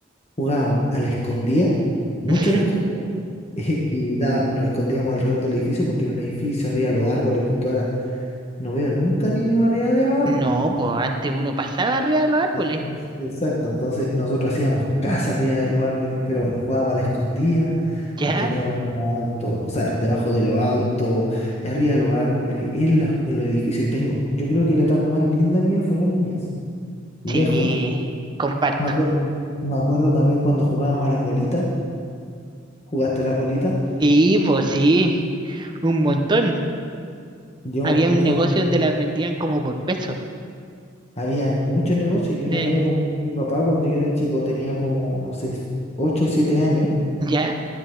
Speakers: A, on the left; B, on the right.
A: Jugábamos a la escondida, mucho
B: <laughs>
A: a la escondida, <laughs> y y da- nos escondíamos alrededor del edificio porque era un edificio arriba de los árboles, porque ahora no veo nunca niños arriba de los
B: No,
A: árboles.
B: pues antes uno pasaba arriba de los árboles.
A: Entonces, exacto, entonces nosotros hacíamos casa arriba de los árboles, pero bueno, jugábamos a la escondida,
B: ¿Ya?
A: nos escondíamos arriba de los autos, o sea, debajo de los autos, arriba de los árboles, en, la- en los edificios. Y tengo, yo creo que la etapa más linda mía fue la niñez, lejos.
B: Sí, comparto.
A: Me acuerdo, me acuerdo también cuando jugábamos a las bolitas, ¿jugaste a las bolitas?
B: Sí, pues sí, un montón.
A: Yo,
B: Había
A: yo,
B: un negocio donde las vendían como por peso.
A: habían muchos negocios. Yo una
B: Sí.
A: vez acompañé a mi papá cuando yo era chico, tenía como, no sé, 8 o 7 años.
B: ¿Ya?